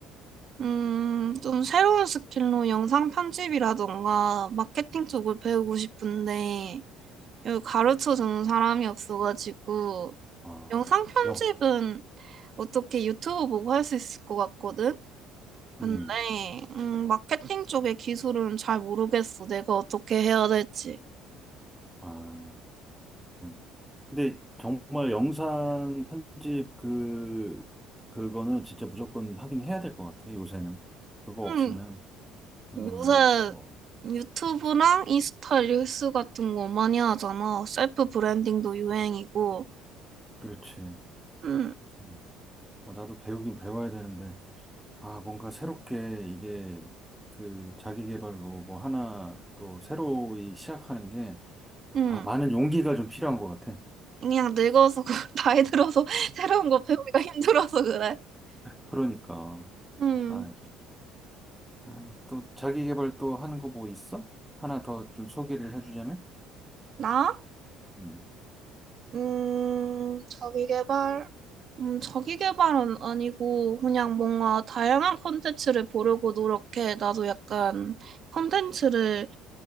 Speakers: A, on the right; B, in the centre.
A: 음, 좀 새로운 스킬로 영상 편집이라던가 마케팅 쪽을 배우고 싶은데 여기 가르쳐주는 사람이 없어가지고
B: 아,
A: 영상 편집은
B: 역,
A: 어떻게 유튜브 보고 할 수 있을 것 같거든? 근데
B: 음,
A: 음, 마케팅 쪽의 기술은 잘 모르겠어. 내가 어떻게 해야 될지.
B: 아, 음. 근데 정말 영상 편집 그, 그거는 진짜 무조건 하긴 해야 될 것 같아, 요새는. 그거 없이는,
A: 음,
B: 어,
A: 요새
B: 뭐,
A: 유튜브랑 인스타 릴스 같은 거 많이 하잖아. 셀프 브랜딩도 유행이고.
B: 그렇지.
A: 응,
B: 음. 아, 나도 배우긴 배워야 되는데, 아, 뭔가 새롭게 이게 그 자기 개발로 뭐 하나 또 새로이 시작하는 게,
A: 응.
B: 아, 많은 용기가 좀 필요한 것 같아.
A: 그냥 늙어서, 그- <laughs> 나이 들어서 <laughs> 새로운 거 배우기가 힘들어서 그래.
B: 그러니까.
A: 음,
B: 아, 아유, 또 자기 개발 또 하는 거 뭐 있어? 하나 더 좀 소개를 해주자면?
A: 나?
B: 음.
A: 음, 자기계발? 음, 자기계발은 아니고, 그냥 뭔가 다양한 콘텐츠를 보려고 노력해. 나도 약간 콘텐츠를